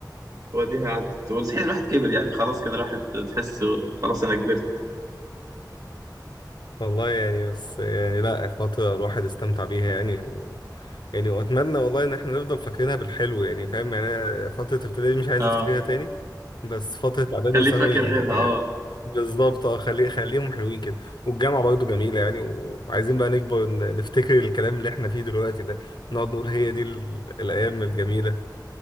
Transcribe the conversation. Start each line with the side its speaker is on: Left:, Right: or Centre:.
Right: وديها عدت وتحس الواحد كبر يعني خلاص كده الواحد تحس خلاص انا كبرت
Left: والله يعني بس يعني لا فترة الواحد استمتع بيها يعني و يعني واتمنى والله ان احنا نفضل فاكرينها بالحلو يعني فاهم يعني أنا فترة ابتدائي دي مش عايز
Right: اه
Left: افتكرها تاني بس فترة اعدادي
Right: خليك
Left: وثانوي
Right: فاكر
Left: يعني,
Right: غيرها
Left: يعني
Right: اه
Left: بالظبط اه خلي خليهم حلوين كده والجامعة برضه جميلة يعني وعايزين بقى نكبر ن- نفتكر الكلام اللي احنا فيه دلوقتي ده نقعد نقول هي دي ال- الايام الجميلة